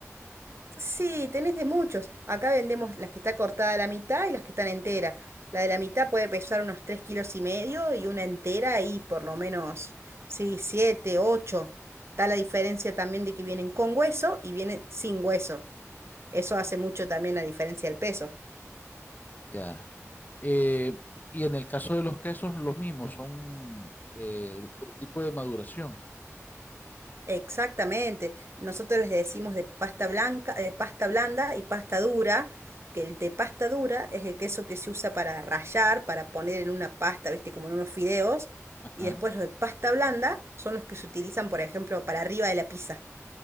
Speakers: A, on the right; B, on the left.
A: sí, tenés de muchos. Acá vendemos las que está cortada a la mitad y las que están enteras. La de la mitad puede pesar unos 3 kilos y medio y una entera y por lo menos, sí, siete ocho Está la diferencia también de que vienen con hueso y vienen sin hueso. Eso hace mucho también la diferencia del peso.
B: Ya. Eh, y en el caso de los quesos, los mismos, son eh, por tipo de maduración.
A: Exactamente. Nosotros les decimos de pasta blanca, de pasta blanda y pasta dura, que el de pasta dura es el queso que se usa para rallar, para poner en una pasta, viste, como en unos fideos,
B: Ajá.
A: y después los de pasta blanda son los que se utilizan, por ejemplo, para arriba de la pizza.